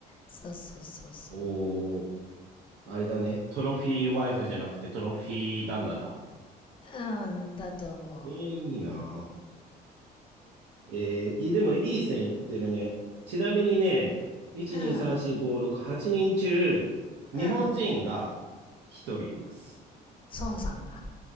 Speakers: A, on the left; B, on the right.
A: そうそうそうそう。
B: おお、あれだね。トロフィーワイフじゃなくてトロフィー旦那だ。
A: うん、だと思う。
B: えーいいなぁ。えーいいでもいい線いってるね。ちなみにね、1、
A: うん、
B: 2、3、4、5、6、8人中、日本人が1人います。
A: うん。孫さんだ。